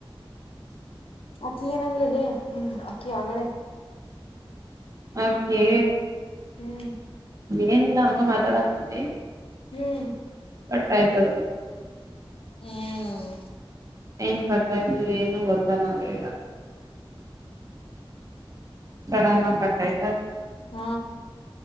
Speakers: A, on the left (about 85°); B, on the right (about 35°).
A: ಅಕ್ಕಿ ಏನಂಗ್ಲಿಲ್ಲ ನಿಮ ಅಕ್ಕಿ ಆಗಳೇ
B: ಅಕೆ
A: ಹ್ಮ್
B: ಏನೆಲ್ಲಾ ಹಂಗ ಮಾತಾಡಾತಿದ್ವಿ
A: ಹ್ಮ್
B: ಕಟ್ಟ ಆಯ್ತದ
A: ಹ್ಮ್
B: ಹೆಏಂಗ್ ಕಟ್ಟಾಯ್ತು ಏನು ಗೊತ್ತಾನಗ್ಲಿಲ್ಲ ಸಡನ್ ಕಟ್ ಆಯ್ತಾ
A: ಹ್ಮ